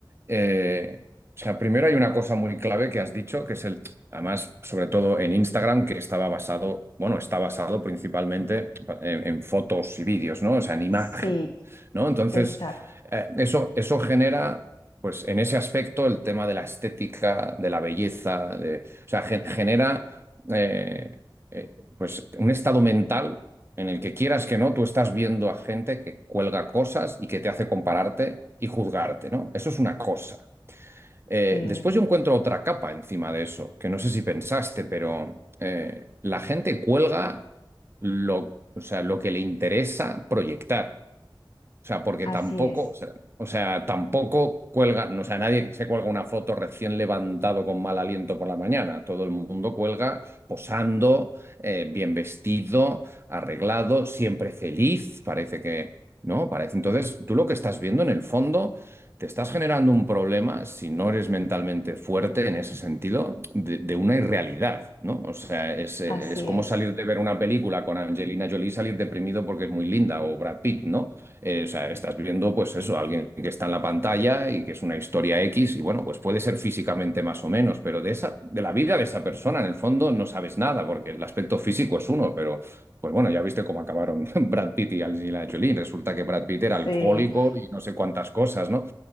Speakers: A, on the right; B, on the left.
A: Eh, o sea, primero hay una cosa muy clave que has dicho, que es el, además, sobre todo en Instagram, que estaba basado, bueno, está basado principalmente en, en fotos y vídeos, ¿no? O sea, en imagen,
B: Sí,
A: ¿no? Entonces,
B: exacto,
A: eh, eso, eso genera, pues, en ese aspecto, el tema de la estética, de la belleza, de, o sea, gen- genera, eh, eh, pues, un estado mental en el que quieras que no, tú estás viendo a gente que cuelga cosas y que te hace compararte y juzgarte, ¿no? Eso es una cosa. Eh,
B: sí,
A: después yo encuentro otra capa encima de eso, que no sé si pensaste, pero eh, la gente cuelga lo, o sea, lo que le interesa proyectar. O sea, porque
B: así
A: tampoco,
B: es,
A: o sea, o sea, tampoco cuelga, no, o sea, nadie se cuelga una foto recién levantado con mal aliento por la mañana. Todo el mundo cuelga posando, eh, bien vestido, arreglado, siempre feliz, parece que, ¿no? Parece. Entonces, tú lo que estás viendo en el fondo, te estás generando un problema, si no eres mentalmente fuerte en ese sentido, de, de una irrealidad, ¿no? O sea, es, eh,
B: así
A: es como
B: es.
A: salir de ver una película con Angelina Jolie y salir deprimido porque es muy linda, o Brad Pitt, ¿no? Eh, o sea, estás viendo, pues eso, alguien que está en la pantalla y que es una historia X, y bueno, pues puede ser físicamente más o menos, pero de esa, de la vida de esa persona, en el fondo, no sabes nada, porque el aspecto físico es uno, pero pues bueno, ya viste cómo acabaron <laughs> Brad Pitt y Angelina Jolie. Resulta que Brad Pitt era
B: Sí,
A: alcohólico y no sé cuántas cosas, ¿no?